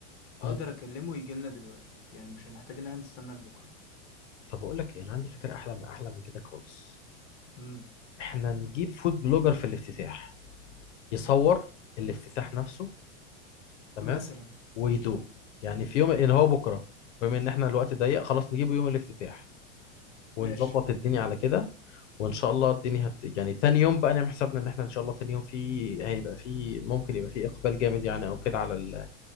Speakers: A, on the left (about 40°); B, on the left (about 85°).
A: اقدر
B: امم
A: اكلمه يجي لنا دلوقتي يعني مش هنحتاج ان احنا نستنى لبكرة
B: طب اقول لك ايه انا عندي فكره احلى من احلى من كده خالص
A: امم
B: احنا نجيب فود بلوجر في الافتتاح يصور الافتتاح نفسه تمام
A: مثلا
B: ويدوق يعني في يوم اللي هو بكره بما ان احنا الوقت ضيق خلاص نجيبه يوم الافتتاح ونظبط
A: ماشي
B: الدنيا على كده وان شاء الله الدنيا هت... يعني تاني يوم بقى نعمل حسابنا ان احنا ان شاء الله تاني يوم في هيبقى في ممكن يبقى في اقبال جامد يعني او كده على ال...